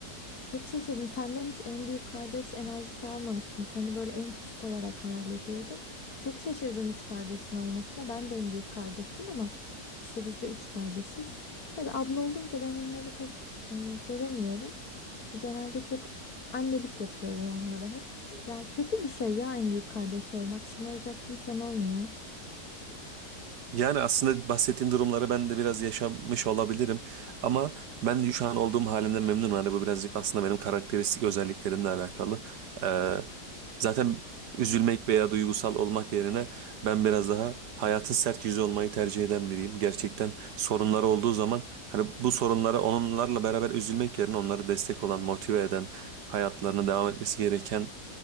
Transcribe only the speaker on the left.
çok şaşırdım. Senden hiç en büyük kardeş enerjisi almamıştım. Seni böyle en küçük olarak hayal ediyordum. Çok şaşırdım üç kardeşin olmasına. Ben de en büyük kardeşim ama işte biz de üç kardeşiz. Tabii abla olunca ben onları pek e, dövemiyorum. Genelde çok annelik yapıyorum onlara hep. Ya kötü bir şey ya en büyük kardeş olmak. Şımaracak kimsen olmuyor.